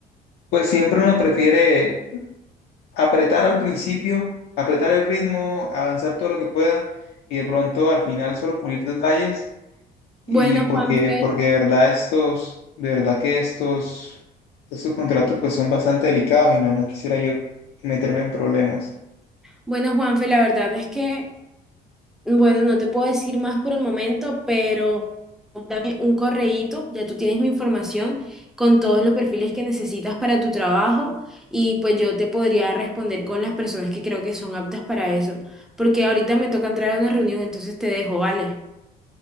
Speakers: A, on the left (about 85°); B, in the centre.
A: Pues siempre uno prefiere apretar al principio, apretar el ritmo, avanzar todo lo que pueda y de pronto al final solo pulir detalles y
B: Bueno,
A: porque,
B: Juanfe,
A: porque de verdad estos, de verdad que estos, estos contratos pues son bastante delicados y no, no quisiera yo meterme en problemas.
B: bueno, Juanfe, la verdad es que Bueno, no te puedo decir más por el momento, pero dame un correíto, ya tú tienes mi información con todos los perfiles que necesitas para tu trabajo y pues yo te podría responder con las personas que creo que son aptas para eso, porque ahorita me toca entrar a una reunión, entonces te dejo, vale.